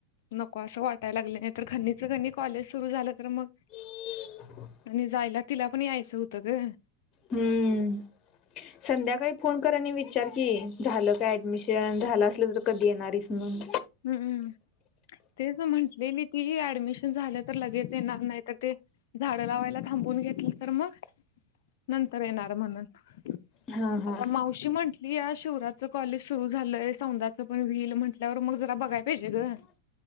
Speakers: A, on the left; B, on the left.
A: नको असं वाटायला लागलंय नाही तर खनीच खनी कॉलेज सुरू झालं तर मग-
B: ह <unintelligible>
A: आणि जायला तिला पण यायचं होतं ग.
B: हम्म संध्याकाळी फोन कर आणि विचार की, झालं का ऍडमिशन झालं असलं तर कधी येणारच म्हणून.
A: हम्म तेच म्हंटलेली ती ऍडमिशन झाल्या तर लगेच येणार नाही तर- झाडं लावायला थांबून घेतली तर मग नंतर येणार म्हणून-
B: हा हा
A: आष <inaudible> अशी म्हटली या शिवराच कॉलेज सुरू झालंय सौदां च पण व्हील म्हंटल्यावर मग बग या पाहिजे.
B: हो